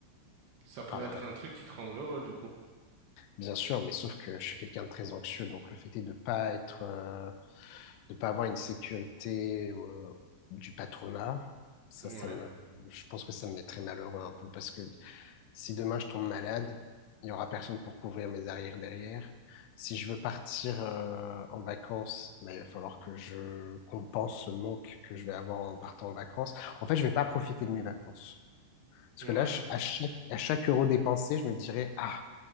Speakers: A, on the right (about 65°); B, on the left (about 85°).
A: ça pourrait
B: Alors,
A: être un truc qui te rendrait heureux, du coup.
B: Bien sûr, mais sauf que je suis quelqu'un de très anxieux, donc le fait est de pas être, euh, de pas avoir une sécurité euh, du patronat, ça,
A: Ouais,
B: ça me, je pense que ça me mettrait malheureux un peu parce que si demain je tombe malade, il y aura personne pour couvrir mes arrières derrière. Si je veux partir euh, en vacances, ben, il va falloir que je compense ce manque que je vais avoir en partant en vacances. En fait, je vais pas profiter de mes vacances. Parce
A: ouais,
B: que là, je- à chaque, à chaque euro dépensé, je me dirais, ah,